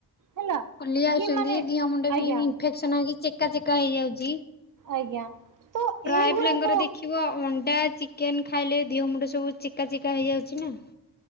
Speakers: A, on the right; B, on the left.
A: ହେଲା
B: ଫୁଲି ଯାଉଛନ୍ତି
A: କି ମାନେ
B: ଦିହ ମୁଣ୍ଡ
A: ଆଜ୍ଞା
B: ବି ଇନଫେକ୍ସନ ହଉଛି ଚେକା ଚେକା ହେଇଯାଉଛି।
A: ଆଜ୍ଞା। ତ
B: ପ୍ରାଏ
A: ଏଇଗୁଡାକ
B: ପିଲାଙ୍କର ଦେଖିବ ଅଣ୍ଡା ଚିକେନ ଖାଇଲେ ଧୀହ ମୁଣ୍ଡ ସବୁ ଚିକା ଚିକା ହେଇଯାଉଛି ନା